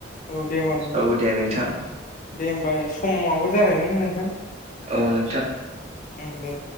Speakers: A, on the left; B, on the right.
A: औ दे होमबा नोंथां
B: औ दे नोंथां
A: दे होमबा समाबो जाबायमोन नोंथां।
B: औ नोंथां।
A: उम दे